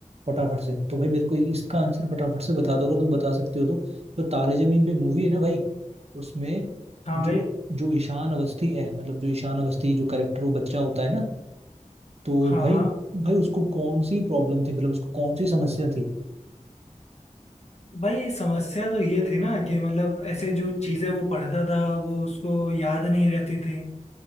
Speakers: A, on the right; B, on the left.
A: फटाफट से तो भाई मेरे को इसका आंसर फटाफट से बता दो अगर तुम बता सकते हो तो, तो तारे जमीन पे मूवी है ना भाई उसमें
B: हाँ
A: जो
B: भाई
A: जो ईशान अवस्थी है मतलब जो ईशान अवस्थी जो करेक्टर वो बच्चा होता है ना तो
B: हाँ
A: भाई
B: हाँ
A: भाई उसको कौन सी प्रॉब्लम थी मतलब उसको कौन सी समस्या थी
B: भाई समस्या तो ये थी ना कि मतलब ऐसे जो चीज़ें वो पढ़ता था वो उसको याद नहीं रहती थी